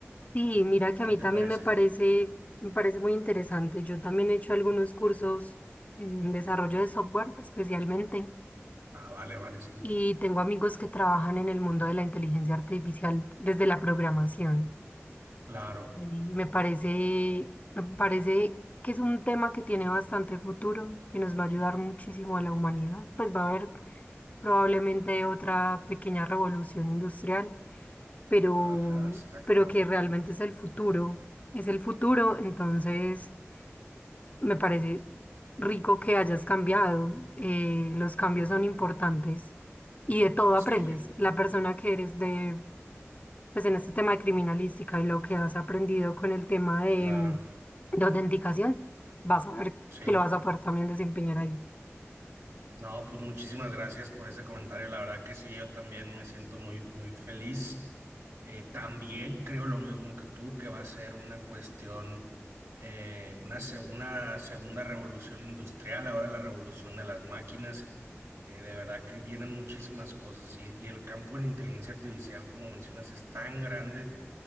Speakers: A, on the left (about 30°); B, on the right (about 90°).
A: Sí, mira que
B: ¿Qué
A: a mí
B: te
A: también
B: parece?
A: me parece, me parece muy interesante. Yo también he hecho algunos cursos en desarrollo de software especialmente
B: Ah, vale, vale, sí.
A: y tengo amigos que trabajan en el mundo de la inteligencia artificial desde la programación.
B: Claro.
A: Y me parece, me parece que es un tema que tiene bastante futuro, que nos va a ayudar muchísimo a la humanidad. Pues va a haber probablemente otra pequeña revolución industrial pero,
B: Ajá, exacto.
A: pero que realmente es el futuro. Es el futuro, entonces me parece rico que hayas cambiado. eh, los cambios son importantes y de todo
B: Sí,
A: aprendes. La persona que eres de, pues en este tema de criminalística y lo que has aprendido con el tema de,
B: Claro,
A: mm, de autenticación, vas a ver
B: sí.
A: que lo vas a poder también desempeñar ahí.
B: No, pues muchísimas gracias por ese comentario. La verdad que sí, yo también me siento muy, muy feliz. Eh, también creo lo mismo que tú, que va a ser una cuestión, eh, una, se- una segunda revolución industrial, ahora la revolución de las máquinas. Eh, de verdad que vienen muchísimas cosas y, y el campo de la inteligencia artificial, como mencionas, es tan grande